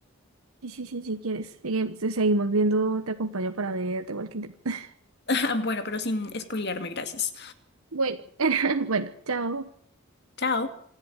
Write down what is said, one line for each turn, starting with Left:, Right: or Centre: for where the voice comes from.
Right: Sí, sí, sí, si quieres. Sigue- seguimos viendo, te acompaño para ver The Walking Dead. <laughs>
Left: <laughs> Bueno, pero sin spoilearme, gracias.
Right: Bueno, <laughs> bueno, chao.
Left: Chao.